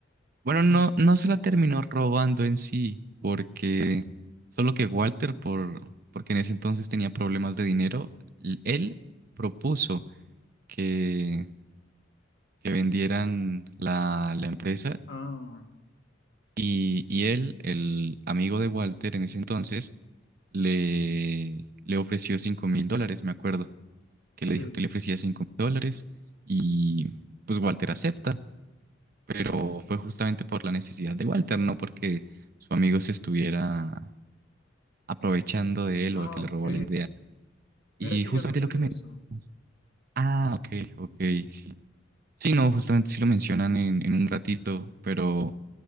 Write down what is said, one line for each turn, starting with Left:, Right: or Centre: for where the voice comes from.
Right: Bueno,
Left: <laughs>
Right: no, no se la terminó robando en sí, porque solo que Walter, por, porque en ese entonces tenía problemas de dinero, l- él propuso que, que vendieran la, la empresa
Left: Ah,
Right: y, y él, el amigo de Walter en ese entonces, le, le ofreció cinco mil dólares, me acuerdo, que
Left: sí.
Right: le dijo que le ofrecía cinco mil dólares y pues Walter acepta. pero fue justamente por la necesidad de Walter, no porque su amigo se estuviera aprovechando de él
Left: Ah,
Right: o que
Left: ok.
Right: le robó la idea. Y
Left: Mira que
Right: justamente
Left: yo no sabía
Right: lo que mencionas.
Left: eso.
Right: Ah, ok, ok, sí. Sí, no, justamente sí lo mencionan en, en un ratito, pero